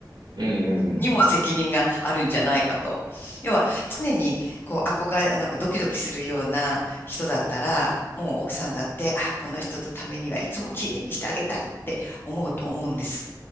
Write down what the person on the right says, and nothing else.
うん。うん。うんうん